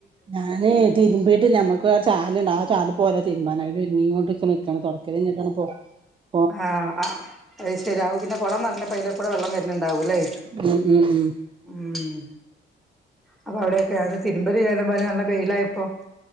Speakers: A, on the right; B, in the centre.
A: ഞാന് തിരുമ്പീട്ടില്ല നമ്മക്ക് ചാല ആ ചാല പോരാ തീരുബാന് ഇങ്ങോട്ടൊച്ച നക്കാണ് തുടക്കല് കഴിഞ്ഞിട്ടാണ് പ്പൊവ
B: ആഹ ആ അത് ശരിയാകു അപ്പൊ പിന്നെ കുളം നിറഞ്ഞപ്പ അയില കൂടെ വെള്ളം വരുന്നുണ്ടാവും വുന്നണ്ടാവൂല്ലേ
A: ഉം ഉം ഉം
B: ഉം അപ്പൊ അവിടെയൊക്കെ അത് തിരുമ്പല് ചെയാല നല്ല വെയില ഇപ്പോ